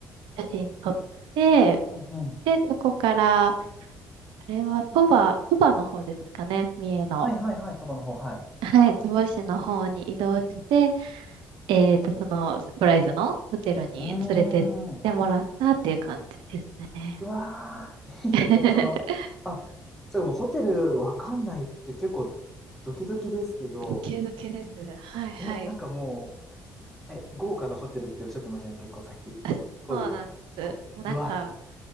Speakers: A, on the right; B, in the centre.
A: 写真撮って、
B: うんうん。
A: で、そこから、あれは鳥羽、鳥羽の方ですかね、三重の。
B: はいはいはい。鳥羽の方、はい。
A: はい、鳥羽市の方に移動して、えっと、その、サプライズのホテルに連れてってもらったっていう感じですね。
B: ううーん。うわー、いいですね。
A: <laughs>
B: その、あ、そうか、もうホテルわかんないって結構ドキドキですけど、
A: ドキドキです。はいはい。
B: え、なんかもう、え、豪華なホテルっておっしゃってましたよね、結構さっき。
A: <laughs> あそうなんで
B: 濃いとこ。
A: す。なんか、
B: うわ、